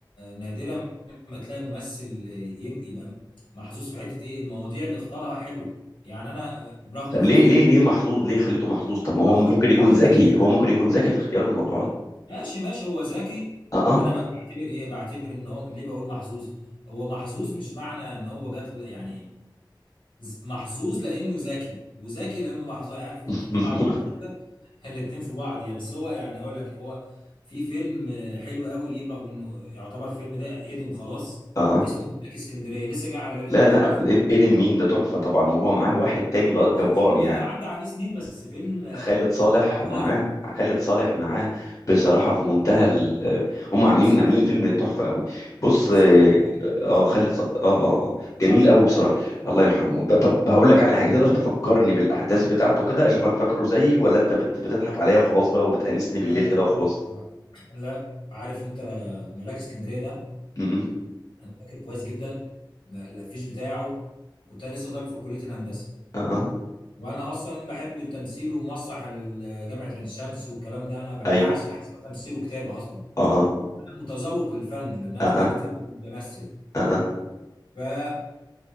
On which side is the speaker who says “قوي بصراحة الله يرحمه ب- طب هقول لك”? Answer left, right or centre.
Left